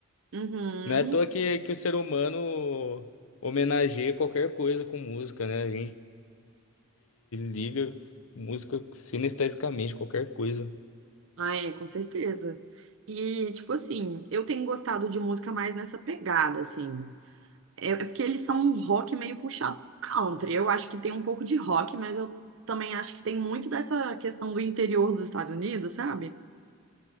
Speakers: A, on the right (about 65°); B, on the left (about 75°).
A: uhum.
B: Não é à toa que, que o ser humano homenageia qualquer coisa com música, né? A gente liga música sinestesicamente, qualquer coisa.
A: Ah, é, com certeza. E, tipo assim, eu tenho gostado de música mais nessa pegada, assim. É é porque eles são um rock meio puxado pro country. Eu acho que tem um pouco de rock, mas eu também acho que tem muito dessa questão do interior dos Estados Unidos, sabe?